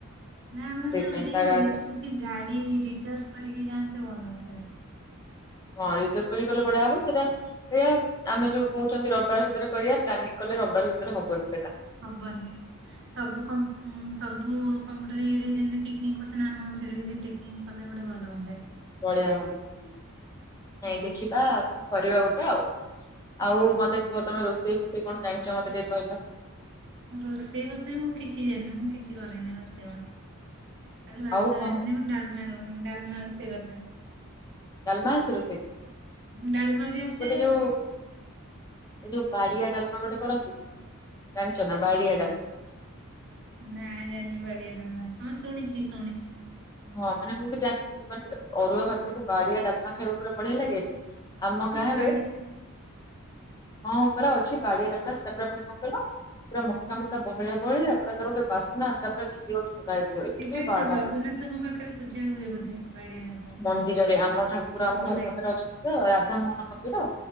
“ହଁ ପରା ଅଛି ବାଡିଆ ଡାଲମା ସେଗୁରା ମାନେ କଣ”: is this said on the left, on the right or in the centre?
Left